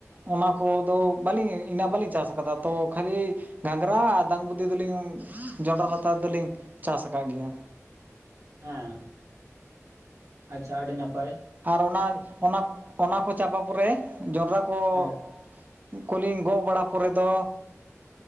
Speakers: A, on the right (about 30°); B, on the right (about 70°).
A: ᱚᱱᱟ ᱠᱚᱫᱚ ᱵᱟᱞᱤᱧ ᱤᱱᱟᱹᱜ ᱵᱟᱞᱤᱧ ᱪᱟᱥ ᱟᱠᱟᱫᱟ ᱛᱚ ᱠᱷᱟᱞᱤ ᱜᱷᱟᱸᱜᱽᱨᱟ ᱟᱨ ᱫᱟᱝ ᱵᱩᱫᱤ ᱫᱚᱞᱤᱧ ᱡᱚᱸᱱᱰᱨᱟ ᱨᱟᱛᱟᱨ ᱫᱚᱞᱤᱧ ᱪᱟᱥ ᱟᱠᱟᱜ ᱜᱮᱭᱟ᱾
B: ᱦᱮᱸ ᱟᱪᱷᱟ ᱟᱰᱤ ᱱᱟᱯᱟᱭ᱾
A: ᱟᱨ ᱚᱱᱟ ᱚᱱᱟ ᱚᱱᱟ ᱠᱚ ᱪᱟᱵᱟ ᱯᱚᱨᱮ ᱡᱚᱸᱱᱰᱨᱟ ᱠᱚ
B: ᱦᱮᱸ
A: - ᱠᱚᱞᱤᱧ ᱜᱚᱜ ᱵᱟᱲᱟ ᱯᱚᱨᱮ ᱫᱚ